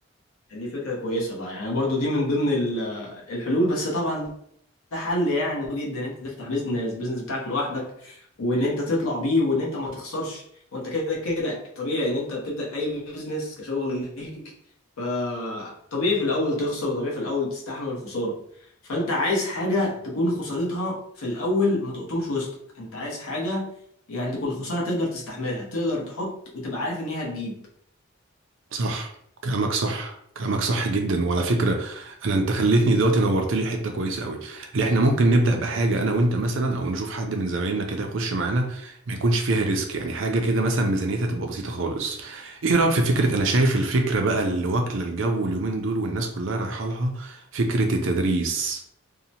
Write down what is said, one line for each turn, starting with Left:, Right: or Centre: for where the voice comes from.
Left: دي فكرة كويسة بقى يعني برضو دي من ضمن ال- آه، الحلول بس طبعا ده حل يعني صعب جدا ان انت تفتح بيزنس بيزنس بتاعك لوحدك وان انت تطلع بيه وان انت ما تخسرش وانت كده كده طبيعي ان انت بتبدأ اي بيزنس كشغل ليك فطبيعي في الاول تخسر طبيعي في الاول تستحمل الخسارة فانت عايز حاجة تكون خسارتها في الاول ما تقطمش وسطك انت عايز حاجة يعني تكون خسارة تقدر تستحملها تقدر تحط وتبقى عارف ان هي هتجيب
Right: صح كلامك صح كلامك صح جدا وعلى فكرة انا انت خليتني دلوقتي نورت لي حتة كويسة قوي اللي احنا ممكن نبدأ بحاجة انا وانت مثلا او نشوف حد من زمايلنا كده يخش معانا ما يكونش فيها ريسك يعني حاجة كده مثلا ميزانيتها تبقى بسيطة خالص ايه رأيك في فكرة انا شايف الفكرة بقى اللي واكلة الجو اليومين دول والناس كلها رايحة لها فكرة التدريس